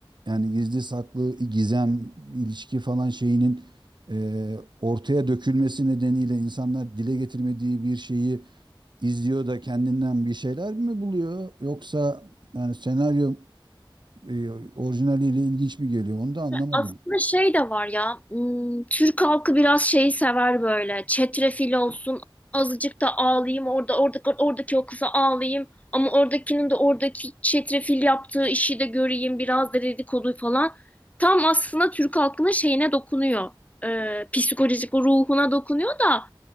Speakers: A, on the right; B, on the left.
A: yani gizli saklı gizem ilişki falan şeyinin e, ortaya dökülmesi nedeniyle insanlar dile getirmediği bir şeyi izliyor da kendinden bir şeyler mi buluyor yoksa yani senaryo e, orijinaliyle ilginç mi geliyor onu da anlamadım.
B: Aslında şey de var ya, hmm, Türk halkı biraz şeyi sever böyle. Çetrefil olsun, azıcık da ağlayayım, orada oradaki, oradaki o kıza ağlayayım. Ama oradakinin de oradaki çetrefil yaptığı işi de göreyim, biraz da dedikodu falan. Tam aslında Türk halkının şeyine dokunuyor. Ee, psikolojik ruhuna dokunuyor da.